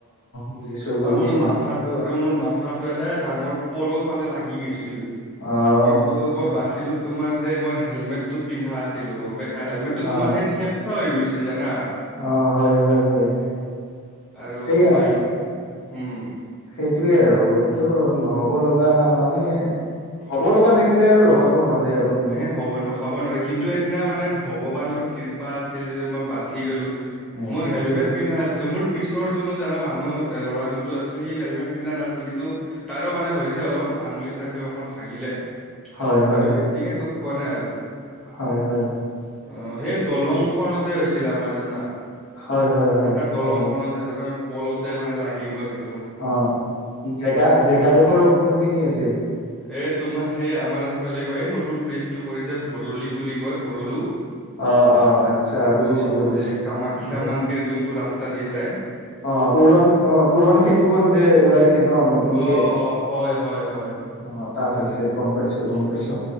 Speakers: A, on the left; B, in the centre.
A: বুজিছো বুজিছো
B: মোৰ মাথাত তটো আৰু মোৰ মাথাটো এটা ডাঙৰ পলত মানে লাগি গৈছিল
A: অ আচ্ছা
B: কিন্তু মই বাচিলো তোমাৰ যে মই হেলমেটটো পিন্ধা আছিলো গম পাইছা হেলমেটটো
A: অ
B: তোমাৰ সেই থেপচা হৈ গৈছিল জানা
A: অ হয় হয় হয় হয়
B: আৰু
A: সয়া
B: বাইক উম
A: সেইটোয়ে আৰু এইটো নহ'ব লগা মানে হ'ব লগা থাকিলে আৰু ৰখাব নোৱাৰে আৰু কোনেও
B: এ হ'বন্তখ হব নোৱাৰে কিন্তু সেইদিনা মানে ভগৱানৰ কৃপা আছিল যে মই বাচি গলো
A: এ
B: মই
A: সেইটোৱে
B: হেলমেট পিন্ধা আছিলো মোৰ পিছৰ যোনো জানা মানুহ ল'ৰা যোনটো আছিল সি হেলমেট পিন্ধা নাছিল কিন্তু তাৰো মানে হৈছে অলপ আঙুলি চাঙলুলি অলপমান ভাঙিলে
A: হয় হয়
B: কিন্তু
A: হয়
B: বেছিকে দুখ পোৱা নাই আৰু
A: হয় হয় হয়
B: আহ সেই
A: সেইটোৱে
B: দলং খতে হৈছিলে আমাৰ জানা
A: হয় হয় হয়
B: এটা
A: হয়
B: দলং
A: গম পাই
B: খনত হৈছিল তাতেে পলতে মানে লাগিব লাগিব
A: অ জেগা জেগাডোখৰ কোনখিনি আছিল
B: এ তোমাৰ সেই আমাৰ সেইফালে কয় নতুন ব্ৰিজটো পৰিছে ভৰলি বুলি কয় ভৰলো
A: অ অ আচ্ছা বুজিছো
B: অ
A: বুজিছো
B: এই কামাখ্যা
A: গম পাইছো
B: মন্দিৰ যোনটো ৰাস্তা দি যায়
A: অ উৰণ অ উৰণ সেতুখন যে ওলাইছে ন ন নতুনকে
B: অ' অ' হয় হয় হয়।
A: অ তাত হৈছে গম পাইছো াইছো গম পাইছো